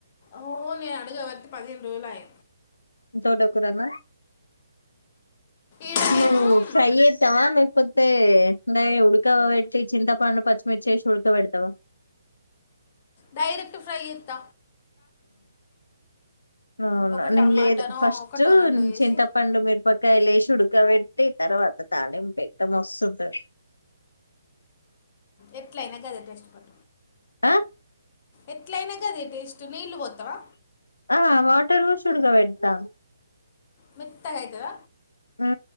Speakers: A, on the left (about 35°); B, on the left (about 80°).
A: ఓ నే అడుగవట్టి పదిహేను రోజులయ
B: తోట కూరనా
A: ఈడనేమో
B: నువ్వు ఫ్రై చెత్తవ లేకపోతే డయి ఉడక ఉక పెట్టి చింతపండు పచ్చిమిర్చి ఏసీ ఉడకబేడతావా
A: డైరెక్ట్ ఫ్రై చేత్త
B: మ్మ్ అవునా
A: ఒక
B: నేను
A: టమాటానో
B: లేదు ఫస్ట్
A: ఒకటో రెండో వేసి
B: చింతపండు మిరపకాయలేసి ఉడుక్ ఉడకపెట్టి తర్వాత తాళిం పెట్ట మస్తుంటది
A: ఎట్లాయినాక అద టెస్ట్ ప
B: ఆ
A: ఎట్లయినా గదే టేస్ట్ నీళ్లు పోతావా
B: ఆ వాటర్ పోషి ఉడక పెడతా
A: మెత్తగైతద
B: ఉ